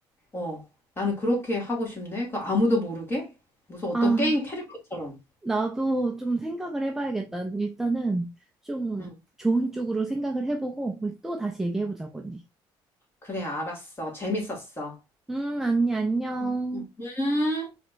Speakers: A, on the left; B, in the centre.
A: 어, 나는 그렇게 하고 싶네. 그 아무도 모르게? 무슨 어떤
B: 아,
A: 게임 캐릭터처럼.
B: 나도 좀 생각을 해봐야겠다. 일단은 좀
A: 응,
B: 좋은 쪽으로 생각을 해보고, 우리 또 다시 얘기해보자고,
A: 응.
B: 언니.
A: 그래, 알았어. 재밌었어.
B: 음, 언니, 안녕.
A: 응, 응. 음.